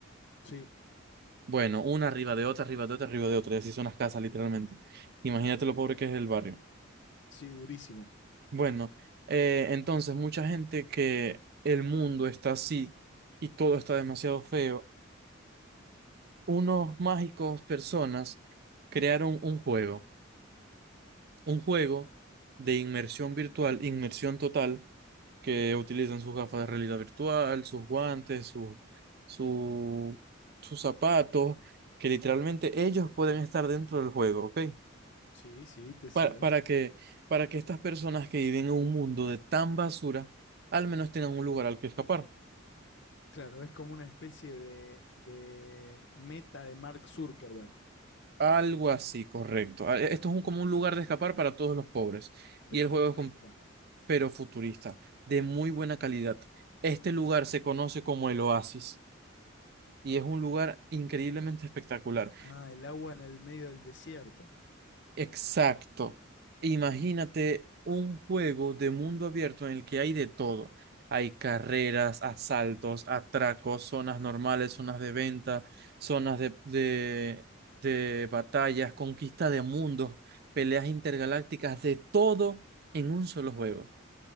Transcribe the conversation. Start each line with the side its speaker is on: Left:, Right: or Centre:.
Left: Sí,
Right: Bueno, una arriba de otra, arriba de otra, arriba de otra, y así son las casas, literalmente. Imagínate lo pobre que es el barrio.
Left: sí, durísimo.
Right: Bueno, eh, entonces, mucha gente que el mundo está así y todo está demasiado feo. Unos mágicos personas crearon un juego, un juego de inmersión virtual, inmersión total, que utilizan sus gafas de realidad virtual, sus guantes, su, su, sus zapatos, que literalmente ellos pueden estar dentro del juego, ¿ok?
Left: Sí, sí, te sigo.
Right: para, para que, para que estas personas que viven en un mundo de tan basura, al menos tengan un lugar al que escapar.
Left: Claro, es como una especie de, de meta de Mark Zuckerberg,
Right: Algo así, correcto. A- Esto es un, como un lugar de escapar para todos los pobres.
Left: pero
Right: Y el juego
Left: futurista.
Right: es, com- pero futurista, de muy buena calidad. Este lugar se conoce como el Oasis y es un lugar increíblemente espectacular.
Left: Ah, el agua en el medio del desierto.
Right: Exacto. Imagínate un juego de mundo abierto en el que hay de todo. Hay carreras, asaltos, atracos, zonas normales, zonas de venta, zonas de, de, de batallas, conquista de mundos, peleas intergalácticas, de todo en un solo juego.